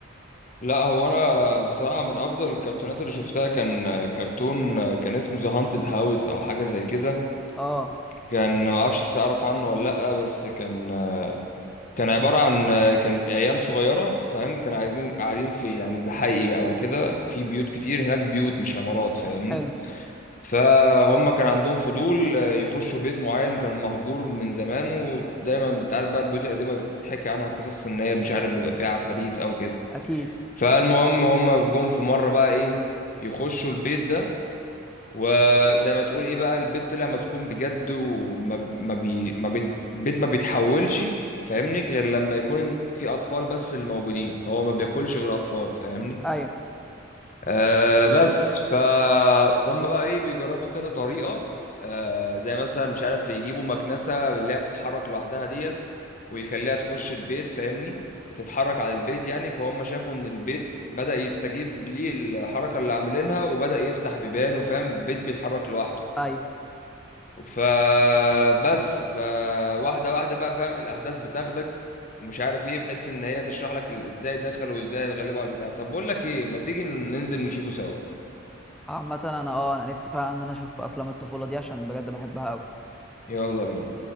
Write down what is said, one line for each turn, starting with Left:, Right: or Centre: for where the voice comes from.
Left: لا هو انا بصراحه من افضل الكرتونات اللي شفتها كان كرتون كان اسمه ذا هانتد هاوس او حاجه زي كده
Centre: اه
Left: كان ما اعرفش اعرف عنه ولا لا بس كان كان عباره عن كان عيال صغيره فاهم كانوا عايزين قاعدين في يعني زحايق او كده في بيوت كتير هناك بيوت مش عمارات فاهمني
Centre: حلو
Left: فهم كان عندهم فضول آه، يخشوا بيت معين كان مهجور من زمان ودايما بتعرف بقى البيوت القديمة بتتحكي عنها قصص ان هي مش عارف بيبقى فيها عفاريت او كده
Centre: اكيد
Left: فالمهم هم جم في مرة بقى ايه يخشوا البيت ده وزي ما تقول ايه بقى البيت طلع مسكون بجد وما ما بي ما بيت البيت ما بيتحولش فاهمني غير لما يكون في اطفال بس اللي موجودين هو ما بياكلش غير اطفال فاهمني
Centre: ايوه
Left: آه بس فهم بقى ايه بيجربوا كذا طريقة آه زي مثلا مش عارف يجيبوا مكنسة اللي هي بتتحرك لوحدها ديت ويخليها تخش البيت فاهمني تتحرك على البيت يعني فهم شافوا ان البيت بدأ يستجيب ليه الحركة اللي عاملينها وبدأ يفتح بيبان وفاهم بيت بيتحرك لوحده
Centre: ايوه
Left: فبس فواحدة واحدة بقى فاهم الأحداث بتاخدك ومش عارف ايه بحيث ان هي تشرح لك ال- ازاي دخل وازاي اتغلبوا على البتاع طب بقول لك ايه ما تيجي ننزل نشوفه سوا
Centre: عامة انا اه انا نفسي فعلا ان انا اشوف افلام الطفولة دي عشان بجد بحبها قوي
Left: يلا بينا